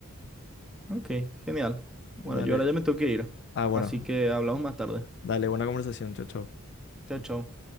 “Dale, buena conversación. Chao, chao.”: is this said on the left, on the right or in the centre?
Left